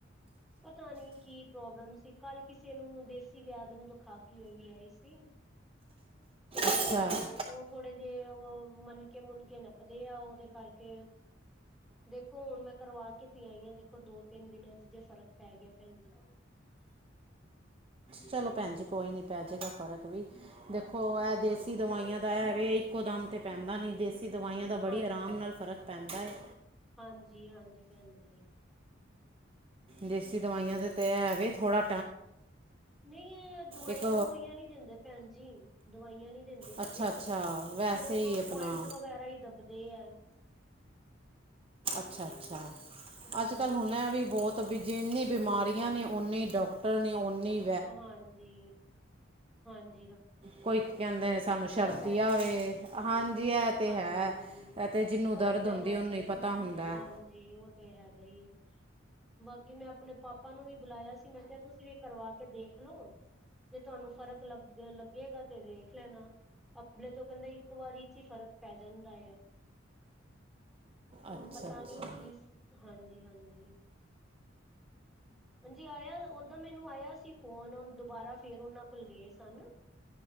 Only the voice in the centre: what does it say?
ਪਤਾ ਨੀ ਕੀ ਪ੍ਰੋਬਲਮ ਸੀ, ਕੱਲ ਕਿਸੇ ਨੂੰ ਦੇਸੀ ਵੈਦ ਨੂੰ ਦਿਖਾ ਕੇ ਵੀ ਆਈ ਸੀ। ਤੇ
ਉਹ ਥੋੜੇ ਜੇ ਉਹ ਮਨਕੇ ਮੁਨਕੇ ਨੱਪਦੇ ਆ, ਉਹਦੇ ਕਰਕੇ ਦੇਖੋ। ਹੁਣ ਮੈਂ ਕਰਵਾ ਕੀਤੀ ਆਈ ਆ, ਦੇਖੋ ਦੋ ਤਿੰਨ ਦਿਨਾਂ ਚ ਜੇ ਫਰਕ ਪੈ ਗਿਆ ਭੈਣ ਜੀ।
ਹਾਂਜੀ,
ਹਾਂਜੀ,
ਹਾਂਜੀ ਹਾਂਜੀ ਭੈਣਜੀ।
ਨਹੀਂ ਦਵਾਈਆਂ
ਦਵੁਇਅਂ ਨੀ ਦਿੰਦੇ ਭੈਣ ਜੀ, ਦਵਾਈਆਂ ਨੀ ਦਿੰਦੇ ਹੈਗੇ
ਸਿਰਫ
ਪੁਆਇੰਟ ਵਗੈਰਾ ਹੀ ਦੱਬਦੇ ਐ।
ਹਾਂਜੀ
ਰੀਹ ਦੀ
ਹੱਡੀ
ਤੋਂ
ਹਾਂਜੀ, ਹਾਂਜੀ।
ਭੈਣ ਜੀ,
ਹਾਂਜੀ
ਫ਼ਰਕ ਪੈਣਾ
ਚਾਹੀਦਾ।
ਹਾਂਜੀ, ਉਹ ਤੇ ਹੈ ਬਈ। ਬਾਕੀ, ਮੈਂ ਆਪਣੇ ਪਾਪਾ ਨੂੰ ਵੀ ਬੁਲਾਇਆ ਸੀ। ਮੈਂ ਕਿਹਾ ਤੁਸੀਂ ਵੀ ਕਰਵਾ, ਕੇ ਦੇਖਲੋ, ਜੇ ਤੁਹਾਨੂੰ ਫ਼ਰਕ ਲੱਗ ਲੱਗੇਗਾ ਤੇ ਵੈਖ ਲੈਣਾ। ਅਬਲੇ ਤੋਂ ਕਹਿੰਦਾ ਇੱਕ ਵਾਰੀ ਚ ਹੀ ਫ਼ਰਕ ਪੈ ਜਾਂਦਾ ਆ। ਹੁਣ
ਪਤਾ
ਨੀ ਕਿ, ਹਾਂਜੀ ਹਾਂਜੀ। ਹਾਂਜੀ। ਆਇਆ ਓਦਾਂ ਮੈਨੂੰ ਆਇਆ ਸੀ, ਫੋਨ ਦੁਬਾਰਾ ਫੇਿਰ ਉਹਨਾਂ ਕੋਲ ਗਏ ਸਨ।